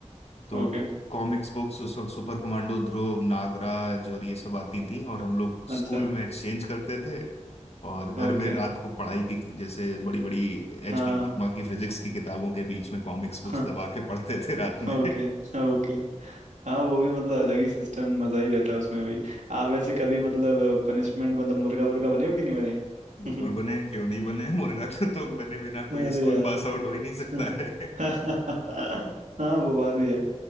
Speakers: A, on the left; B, on the right.
A: तो
B: ओके
A: कॉमिक्स बुक्स उस वक्त सुपर कमांडो ध्रुव नागराज और ये सब आती थी और हम लोग स्कूल
B: अच्छा
A: में एक्सचेंज करते थे और घर
B: ओके
A: में रात को पढ़ाई की जैसे बड़ी बड़ी एच
B: हाँ
A: डी वर्मा की फिजिक्स की किताबों के बीच में कॉमिक्स
B: <laughs>
A: बुक्स दबा के पढ़ते थे रात में
B: हाँ, ओके
A: <laughs>
B: ओके हाँ वो भी मतलब अलग ही सिस्टम मजा ही रहता है उसमें भी आप वैसे कभी मतलब पनिशमेंट मतलब मुर्गा मुर्गा बने हो कि नहीं बने
A: बिल्कुल
B: <laughs>
A: बने क्यों नहीं बने मुर्गा तो तो बने बिना
B: अरे
A: कोई स्कूल
B: यार
A: पास आउट हो ही नहीं सकता
B: <laughs>
A: है <laughs>
B: हाँ वो बात भी है